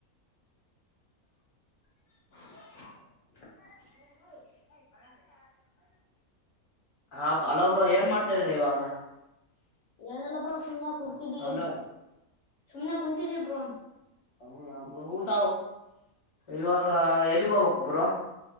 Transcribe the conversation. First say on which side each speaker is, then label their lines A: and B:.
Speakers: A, on the left; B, on the left.
A: <unintelligible>
B: ರ ಹ ಹಲೋ ಬ್ರೋ ಏನ್ ಮಾಡ್ತಾ ಇದ್ದೀರಾ ಇವಾಗ
A: ಏನಿಲ್ಲ ಬ್ರೋ ಸುಮ್ಮನೆ ಕೂತಿದೀವಿ
B: ಹಲೋ
A: ಸುಮ್ನೆ ಕುಂತಿದೀವಿ ಬ್ರೋ
B: ಹೌದಾ ಬ್ರೋ ಊಟ ಇವಾಗ ಎಲ್ಲಿಗೆ ಹೋಗ್ಬೇಕು ಬ್ರೋ